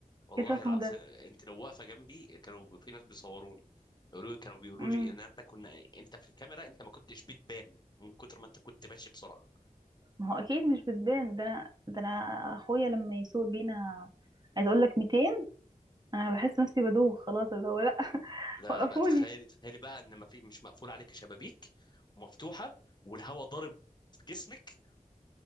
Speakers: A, on the left; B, on the right.
A: والله
B: ايه الرقم
A: العظيم
B: ده
A: انت لو واقفه جنبي كانوا في ناس بيصوروني يقولوا لي كانوا بيقولوا
B: امم
A: لي ان احنا كنا انت في الكاميرا انت ما كنتش بتبان من كتر ما انت كنت ماشي بسرعه
B: ما هو اكيد مش بتبان ده انا ده انا اخويا لما يسوق بينا عايز اقول لك 200 انا بحس نفسي بدوخ خلاص اللي هو لا <laughs>
A: لا
B: وقفوني
A: بقى تخيلي تخيلي بقى ان ما في مش مقفول عليك شبابيك ومفتوحه والهواء ضارب في جسمك